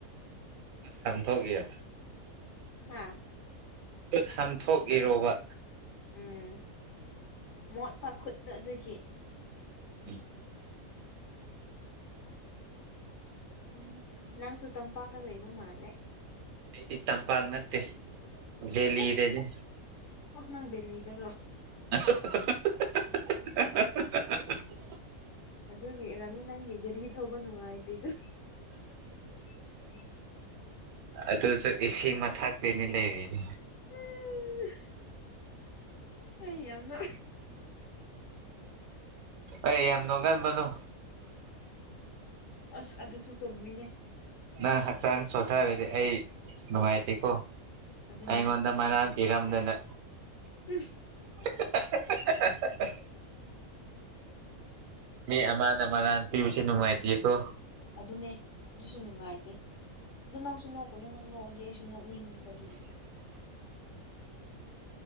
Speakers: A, on the right; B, on the left.
A: ꯁꯟꯊꯌꯥ
B: ꯍꯥꯥ
A: ꯈꯨꯠ ꯍꯥꯝꯊꯣꯛꯏꯔꯣꯕ
B: ꯎꯝ ꯃꯣꯠ ꯄ ꯈꯨꯠꯇ ꯑꯗꯨꯒꯤ
A: ꯎ
B: ꯎꯝ ꯅꯪꯁꯨ ꯇꯝꯄꯥꯛꯇ ꯂꯩꯕ ꯃꯥꯜꯂꯦ
A: ꯑꯥꯏꯗꯤ ꯇꯝꯄꯥꯛꯒꯤ ꯅꯠꯇꯦ ꯖꯦꯂꯤ
B: ꯑꯣ
A: ꯏꯗꯦꯅꯦ
B: ꯑꯣ ꯅꯪ ꯕꯜꯂꯤꯍꯤꯗꯔꯣ
A: ꯑꯍ ꯑꯍ ꯍꯍꯍꯍꯍꯍꯍꯍꯍ
B: ꯑꯗꯨꯒꯤ ꯔꯥꯅꯤ ꯅꯪꯒꯤ ꯒꯥꯔꯤ ꯊꯧꯕ ꯅꯨꯡꯉꯥꯏꯗ꯭ꯔꯤꯗꯣ ꯎꯝ ꯎꯝ
A: ꯑ ꯏꯁꯤꯡ ꯃꯊꯥꯛꯇꯩꯩꯅ ꯂꯩꯔꯤꯁꯦ
B: ꯎ ꯑꯩ ꯌꯥꯝꯅ
A: ꯑꯩ ꯌꯥꯝ ꯅꯅꯨꯡꯉꯥꯟꯕꯅꯣ
B: ꯑꯁ ꯑꯗꯨꯁꯨ ꯆꯨꯝꯃꯤꯅꯦ
A: <unintelligible> <unintelligible> <unintelligible> ꯍꯛꯆꯥꯡ ꯁꯣꯊꯔꯗꯤ ꯑꯩ ꯅꯨꯡꯉꯥꯏꯇꯦꯀꯣ
B: ꯑꯗꯨꯅꯦ
A: ꯑꯩꯉꯣꯟꯗ ꯃꯅ ꯏꯔꯝꯗꯅ
B: ꯎꯝ
A: ꯑꯍꯍꯍꯍꯍꯍ ꯃꯤ ꯑꯃꯥꯟ ꯑꯃꯅꯥꯟ ꯄꯤꯕꯁꯤ ꯅꯨꯡꯉꯥꯏꯇꯦꯀꯣ
B: ꯑꯗꯨꯅꯦ ꯑꯗꯨꯁꯨ ꯅꯨꯡꯉꯥꯏꯇꯦ ꯑꯗꯨ ꯅꯪꯁꯨ ꯅꯣꯛꯀꯅꯨ ꯅꯪ ꯅ ꯑꯩꯁꯨ ꯅꯣꯛꯅꯤꯡꯉꯤꯕ ꯑꯗꯨꯒꯤ